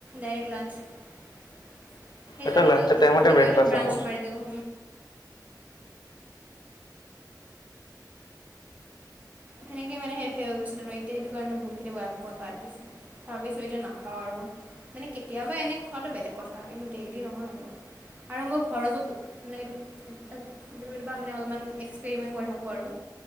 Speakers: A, on the right (about 20°); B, on the left (about 70°).
A: ডাইৰেক্ট লাঞ্চ। সেইকাৰ
B: এটা
A: কাৰণে
B: লাঞ্চৰ
A: মই কেতিয়াবা,
B: টাইমতে ব্ৰেকফাষ্ট
A: কেতিয়াবা ব্ৰাঞ্চ
B: হয় মোৰ
A: মাৰি দিওঁ। সেনেকেই মানে সে সে হৈ গৈছিল আৰু, এতিয়া সেইটো কাৰণে বহুতখিনি বই বাদ দিছো। ভাবিছোঁ এতিয়া নাখাওঁ আৰু। মানে কেতিয়াবা এনেই খোৱাটো বেলেগ কথা কিন্তু দেইলি নহয় আৰু। আৰু মোৰ ঘৰৰ ওচৰতো তেনেক কেতিয়াবা, কেতিয়াবা মানে অলপমান এক্সপেৰিমেণ্ট কৰি থাকোঁ আৰু,